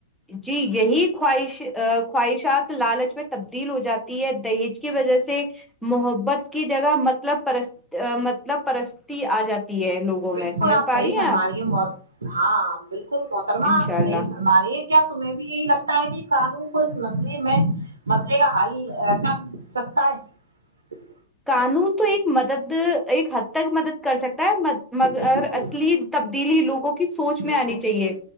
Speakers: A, in the centre; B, on the right.
A: جی یہی خواہش خواہشات لالچ میں تبدیل ہو جاتی ہے دہیج کی وجہ سے محبت کی جگہ مطلب پرست مطلب پرستی آ جاتی ہے لوگوں
B: بالکل
A: میں سمجھ
B: آپ
A: پا
B: صحیح فرما
A: ہیں آپ
B: رہی ہیں ہاں بالکل محترمہ
A: انشاء
B: آپ
A: اللہ
B: صحیح فرما رہی ہیں کیا تمہیں بھی یہی لگتا ہے کہ قانون کو اس مسئلے میں مسئلے کا حل کر سکتا ہے
A: قانون تو ایک مدد ایک حد تک مدد کر سکتا مگر
B: بالکل
A: اصلی تبدیلی لوگوں کی س سوچ
B: بالکل
A: میں آنی
B: بالکل
A: چاہیے